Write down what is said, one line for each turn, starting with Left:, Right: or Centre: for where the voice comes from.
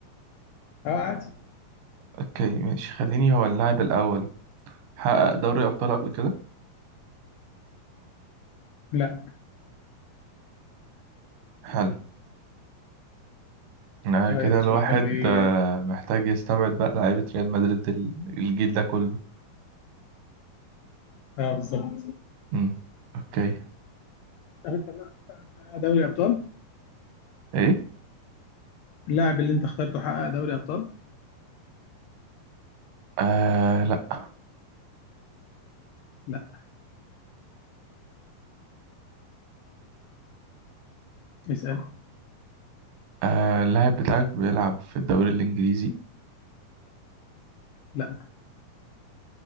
Left: اه عادي
Right: أوكي ماشي خليني هو اللاعب الأول حقق دوري أبطال قبل كده
Left: لا
Right: حلو آه
Left: طيب
Right: كده الواحد
Left: سؤالي
Right: آه محتاج يستبعد بقى لعيبة ريال مدريد ال- الجيل ده كله
Left: اه بالظبط
Right: مم. أوكي
Left: أنت حقق دوري أبطال؟
Right: إيه؟
Left: اللاعب اللي أنت اخترته حقق دوري أبطال؟
Right: آه لأ
Left: لا اسأل
Right: آه اللاعب بتاعك بيلعب في الدوري الإنجليزي
Left: لا